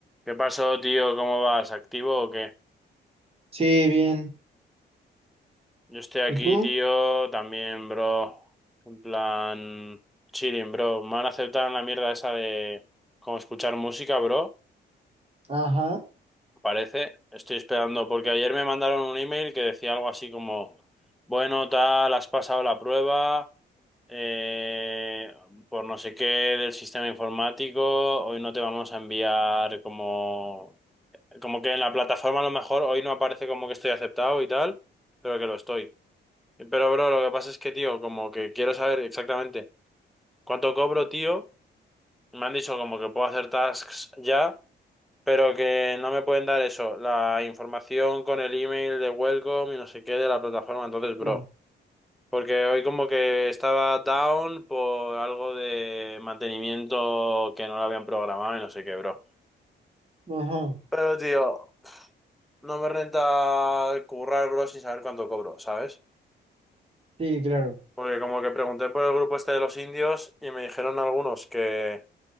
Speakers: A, in the centre; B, on the right.
A: ¿Qué pasó, tío? ¿Cómo vas? ¿Activo o qué?
B: Sí, bien.
A: Yo estoy aquí,
B: ¿Y tú?
A: tío, también, bro. En plan, chilling, bro. Me han aceptado en la mierda esa de como escuchar música, bro.
B: Ajá,
A: Parece. Estoy esperando, porque ayer me mandaron un email que decía algo así como, bueno, tal, has pasado la prueba, eh, por no sé qué del sistema informático, hoy no te vamos a enviar como Como que en la plataforma a lo mejor hoy no aparece como que estoy aceptado y tal, pero que lo estoy. Pero, bro, lo que pasa es que, tío, como que quiero saber exactamente cuánto cobro, tío. Me han dicho como que puedo hacer tasks ya, pero que no me pueden dar eso, la información con el email de welcome y no sé qué de la plataforma. Entonces, bro,
B: Ya.
A: porque hoy como que estaba down por algo de mantenimiento que no lo habían programado y no sé qué, bro.
B: ajá,
A: Pero, tío. no me renta currar, bro, sin saber cuánto cobro, ¿sabes?
B: Sí, claro.
A: Porque como que pregunté por el grupo este de los indios y me dijeron algunos que